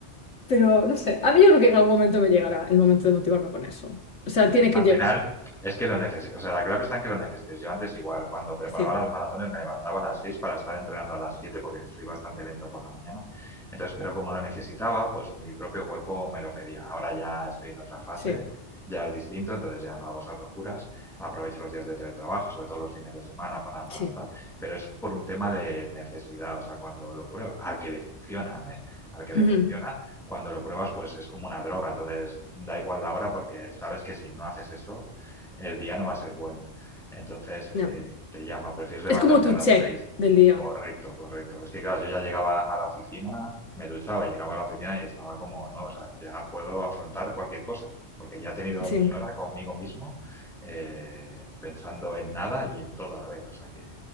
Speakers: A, on the left; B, in the centre.
A: Pero no sé, a mí yo creo que en algún momento me llegará el momento de motivarme con eso. O sea,
B: Sí,
A: tiene
B: al
A: que
B: final
A: llegar.
B: es que lo necesitas, o sea, la clave está en que lo necesites. Yo antes igual, cuando preparaba
A: Sí,
B: las maratones me levantaba a las 6 para estar entrenando a las 7 porque soy bastante lento por la mañana. Entonces, pero como lo necesitaba, pues mi propio cuerpo me lo pedía. Ahora ya estoy en otra fase,
A: sí,
B: ya es distinto, entonces ya no hago esas locuras. Aprovecho los días de teletrabajo, sobre todo los fines de semana para más
A: sí.
B: tal, pero es por un tema de necesidad, o sea, cuando lo prueba, al que le funciona, ¿eh? Al que le
A: Ujú,
B: funciona, cuando lo pruebas, pues es como una droga. Entonces, da igual la hora porque sabes que si no haces eso, el día no va a ser bueno. Entonces, eh,
A: ya.
B: te llama, prefieres levantarte
A: Es como tu
B: a las
A: check
B: seis.
A: del día.
B: Correcto, correcto. Es que, claro, yo ya llegaba a la oficina, me duchaba, llegaba a la oficina y estaba como, no, o sea, ya puedo afrontar cualquier cosa, porque ya he tenido
A: Sí,
B: mi hora conmigo mismo, eh, pensando en nada y en todo a la vez. O sea, que,